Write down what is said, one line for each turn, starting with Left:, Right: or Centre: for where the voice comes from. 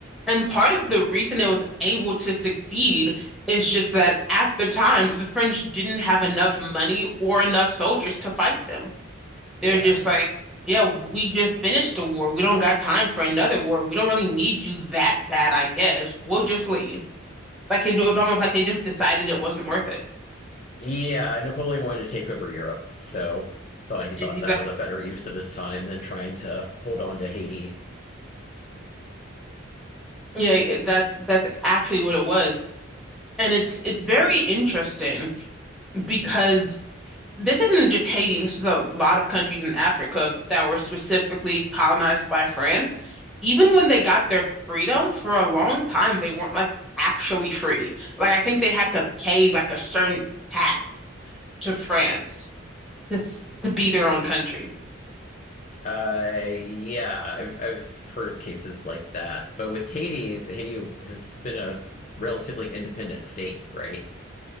Centre: And part of the reason it was able to succeed is just that at the time, the French didn't have enough money or enough soldiers to fight them.
Left: Yeah,
Centre: They're just like, yeah, we just finished the war. We don't got time for another war. We don't really need you that bad, I guess. We'll just leave. Like it was almost like they just decided it wasn't worth it.
Left: yeah. Napoleon wanted to take over Europe, so thought he thought
Centre: And he's
Left: that
Centre: like,
Left: was a better use of his time than trying to hold on to Haiti.
Centre: yeah, that's that's actually what it was. And it's it's very interesting because this isn't just Haiti. This is a lot of countries in Africa that were specifically colonized by France. Even when they got their freedom for a long time, they weren't like actually free. Like I think they had to pay like a certain tax to France to s- to be their own country.
Left: Uh, yeah, I've, I've heard of cases like that. But with Haiti, Haiti has been a relatively independent state, right?